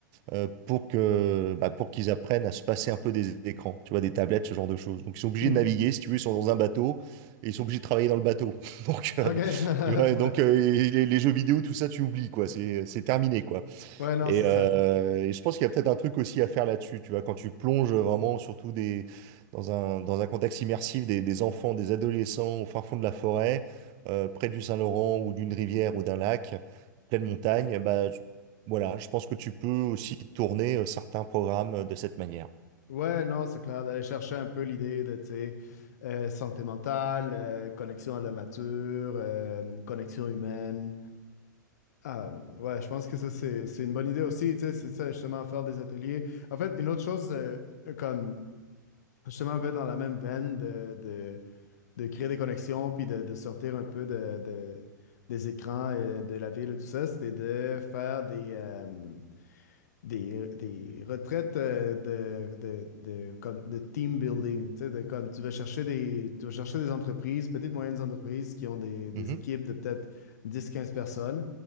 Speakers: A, on the right; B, on the left.
A: euh, pour que, bah, pour qu'ils apprennent à se passer un peu des écrans, tu vois, des tablettes, ce genre de choses. Donc ils sont obligés
B: Mhm.
A: de naviguer, si tu veux, ils sont dans un bateau et ils sont obligés de travailler dans le bateau. <laughs> Donc, euh,
B: OK.
A: tu vois, et
B: <laughs>
A: donc
B: Ouais.
A: euh, les, les jeux vidéo, tout ça, tu oublies, quoi. C'est, c'est terminé, quoi.
B: Ouais, non,
A: Et,
B: c'est ça.
A: euh, et je pense qu'il y a peut-être un truc aussi à faire là-dessus, tu vois, quand tu plonges vraiment, surtout des, dans un, dans un contexte immersif, des, des enfants, des adolescents au fin fond de la forêt, euh, près du Saint-Laurent ou d'une rivière ou d'un lac, pleine montagne, bah, je- voilà, je pense que tu peux aussi tourner euh, certains programmes euh, de cette manière.
B: Ouais, non, c'est clair, d'aller chercher un peu l'idée de, tu sais, euh, santé mentale, euh, connexion à la nature, euh, connexion humaine. Ah, ouais, je pense que ça, c'est, c'est une bonne idée aussi, tu sais, c'est ça, justement, faire des ateliers. En fait, une autre chose, euh, comme, justement, un peu dans la même veine de, de, de créer des connexions, puis de, de sortir un peu de, de- des écrans, euh, de la ville et tout ça, c'était de faire des, euh, des, des retraites euh, de, de, de, comme, de team building. Tu sais, de, comme tu vas chercher des, tu vas chercher des entreprises, petites, moyennes entreprises qui ont des, des
A: Mhm.
B: équipes de peut-être dix quinze personnes.